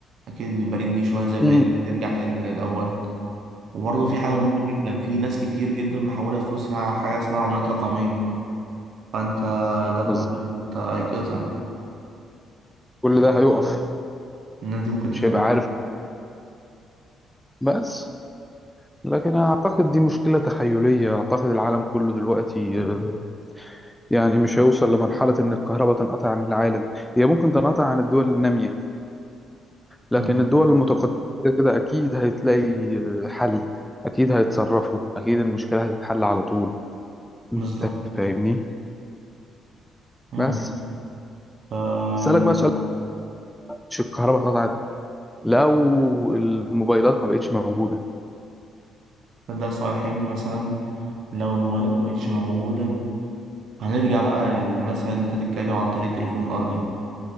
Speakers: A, on the right; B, in the centre.
A: اكيد البريد دي شويه زي البريد
B: مم.
A: ترجع تاني زي الاول وبرضه في حاجة مهمة جدا في ناس كتير جدا محولة فلوسها حاجة اسمها عملات رقمية فأنت ده كله
B: بالظبط
A: هيت- هيتقطع
B: كل ده هيقف
A: الناس دي ممكن
B: مش
A: تفعل
B: هيبقى عارف بس لكن أنا أعتقد دي مشكلة تخيلية أعتقد العالم كله دلوقتي آه، يعني مش هيوصل لمرحلة إن الكهرباء تنقطع عن العالم هي ممكن تنقطع عن الدول النامية لكن
A: مم.
B: الدول المتقدمة كده كده أكيد هتلاقي آه، حل أكيد هيتصرفوا أكيد المشكلة هتتحل على طول أنت
A: بالظبط
B: فاهمني
A: مم.
B: بس
A: ف-
B: أسألك بقى سؤال مش الكهرباء اتقطعت لو الموبايلات ما بقتش موجودة
A: ده سؤال حلو مثلا لو الموبايلات مبقتش موجودة هنرجع بقى ل- مثلا إن أنت تتكلم عن طريق التليفون الأرضي